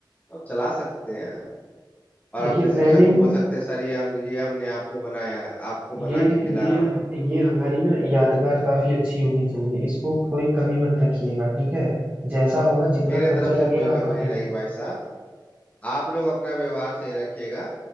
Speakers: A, on the left; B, on the right.
A: अब चला सकते हैं और
B: देखिए
A: अपने शिक्षक
B: प्लानिंग
A: को बोल सकते हैं सर ये हम ये हमने आपको बनाया है, आपको बना
B: ये
A: के खिला
B: ये
A: रहा हूँ
B: ये हमारी ना यादगार काफी अच्छी होनी चाहिए इसको कोई कमी मत रखिएगा ठीक है जैसा होगा जितना
A: मेरे
B: खर्चा
A: तरफ
B: लगेगा
A: से कोई कमी
B: हम करेंगे
A: नहीं रहेगी भाई साहब आप लोग अपना व्यवहार सही रखिएगा